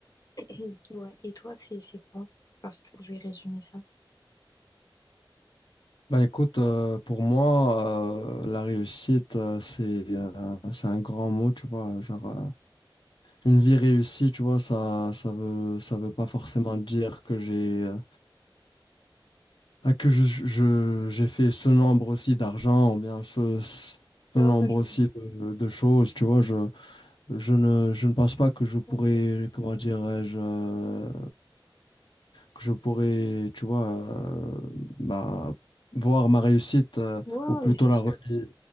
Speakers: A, on the left (about 45°); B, on the left (about 65°).
A: <clears throat> ouais. Et toi, c'est c'est quoi? Genre si tu pouvais résumer ça.
B: Bah écoute, euh, pour moi, euh, la réussite, euh, c'est euh, c'est un grand mot, tu vois. Genre, euh, une vie réussie, tu vois, ça ça veut ça veut pas forcément dire que j'ai euh, Ah, que je, je- j'ai fait ce nombre aussi d'argent, ou bien ce, ce
A: Ouais,
B: nombre
A: ouais, je
B: aussi de, de choses, tu vois, je, je ne, je ne pense pas que je pourrais,
A: vois.
B: comment dirais-je, euh, que je pourrais, tu vois, euh, bah, voir ma réussite, euh,
A: Ouais, ouais,
B: ou plutôt
A: mais c'est
B: la
A: sûr.
B: relier,